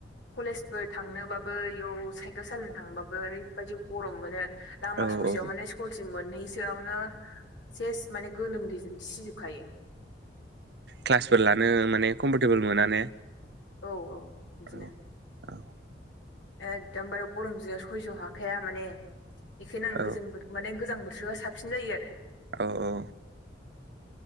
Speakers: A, on the left; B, on the right.
A: कलेजफोर थांनोबाबो इयाव साइकेल सालायनो थांबाबो ओरैबादि गरम मोनो लामा
B: औ
A: ससेयाव
B: औ
A: माने स्कुलसिम मोन नैसोआवनो सेस माने गोलोमदैजों सिजोबखायो
B: क्लासफोर लानो माने कमफर्टेबोल मोना ने
A: औ औ बिदिनो
B: औ औ
A: एकदमबारे गरमजों सयज' हाखाया माने बेखायनो आं
B: औ
A: गोजां माने गोजां बो साबसिन जायो आरो
B: औ औ